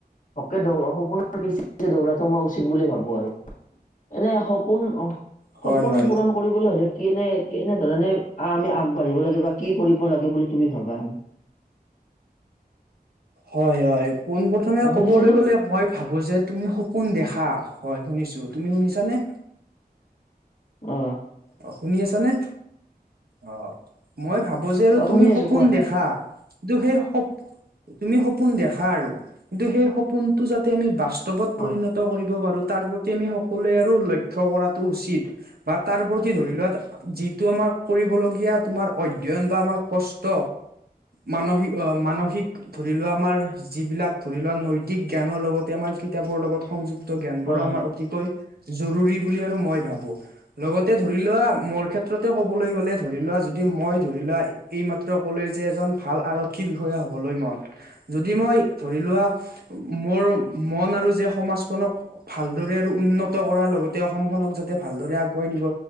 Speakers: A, on the left (about 50°); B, on the right (about 70°).
A: অকে, দৌ সপোনৰ পিছত দৌৰাটো মই উচিত বুলি ভাবো আৰু, এনে সপ- পোন
B: হয়
A: সপোন
B: হয়
A: পূৰণ কৰিবলৈ হ'লে, কেনে কেনেধৰণে আমি আগবাঢ়িব লাগে বা কি কৰিব লাগে বুলি তুমি ভাবা?
B: হয় হয়, পোন প্ৰথমে
A: অ শুনিছেনে
B: ক'বলৈ গ'লে, মই ভাবো যে তুমি সপোন দেখা হয় শুনিছো, তুমি শুনিছানে?
A: অ।
B: অ শুনি আছ নে? অ মই ভাবো যে আৰু
A: অ
B: তুমি
A: শুনি আছো
B: সপোন
A: কোৱা
B: দেখা কিন্তু সেই সপ, তুমি সপোন দেখা আৰু কিন্তু সেই সপোনটো যাতে আমি বাস্ত- ৱত
A: হয়
B: পৰিণত কৰিব পাৰো, তাৰ প্ৰতি আমি সকলোৱে আৰু লক্ষ্য কৰাটো উচিত বা তাৰ প্ৰত- তি ধৰি লোৱা, যিটো আমাৰ কৰিবলগীয়া তোমাৰ অধ্যয়ন বা আমাৰ কষ্ট মানসিক অ, মানসিক ধৰি লোৱা আমাৰ, যিবিলাক ধৰি লোৱা নৈতিক জ্ঞানৰ লগতে, আমাৰ কিতাপৰ লগত সংযু- ত জ্ঞানবোৰো
A: হয় হয়
B: আমাৰ অতিকৈ, জৰুৰী বুলি আৰু মই ভাবো। লগত তে ধৰি লোৱা, মোৰ ক্ষেত্ৰতে ক'বলৈ গ'লে ধৰি লোৱা, যদি মই ধৰি লোৱা এইমাত্ৰ কলোৱে যে এজন ভাল আৰক্ষী বিষয়া হ'বলৈ মন। যদি মই ধৰি লোৱা মোৰ মন আৰু যে সমাজখনক ভালদৰে আৰু উন্নত কৰাৰ লগতে অসমখননক যাতে ভালদৰে আগুৱাই নিব